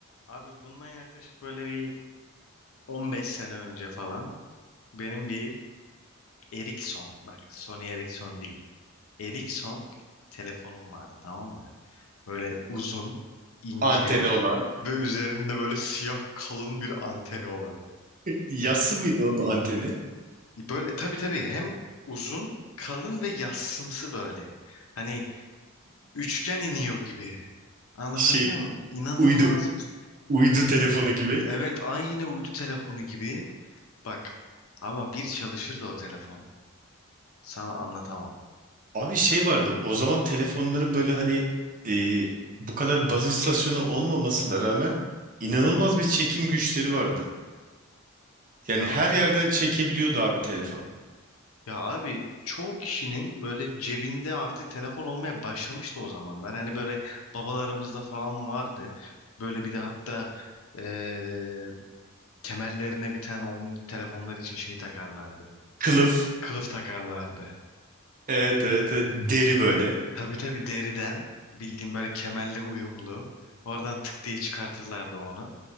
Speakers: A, on the left; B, on the right.
A: Abi bundan yaklaşık böyle bir 15 sene önce falan benim bir Ericsson bak Sony Ericsson değil. Ericsson telefonum vardı tamam mı? Böyle uzun, ince
B: Anteni olan.
A: ve üzerinde böyle siyah kalın bir anteni olan.
B: Yassı mıydı onun anteni?
A: Böyle tabii tabii hem uzun, kalın ve yassımsı böyle. Hani üçgen iniyor gibi. Anlatabiliyor
B: Şey
A: muyum? İnanılmaz
B: uydu
A: bir...
B: uydu telefonu gibi.
A: Evet aynı uydu telefonu gibi. Bak ama bir çalışırdı o telefon. Sana anlatamam.
B: Abi şey vardı o zaman telefonların böyle hani e, bu kadar baz istasyonu olmamasına rağmen inanılmaz bir çekim güçleri vardı. Yani
A: Ya
B: her yerden çekebiliyordu abi telefon.
A: ya abi çoğu kişinin böyle cebinde artık telefon olmaya başlamıştı o zamanlar. Hani böyle babalarımızda falan vardı. Böyle bir de hatta eee, kemerlerine bir tane onun telefonlar için şey takarlardı.
B: Kılıf.
A: Kılıf takarlardı.
B: Evet evet, evet. deri böyle.
A: Tabii tabii deriden bildiğim böyle kemerle uyumlu. Oradan tık diye çıkartırlardı onu.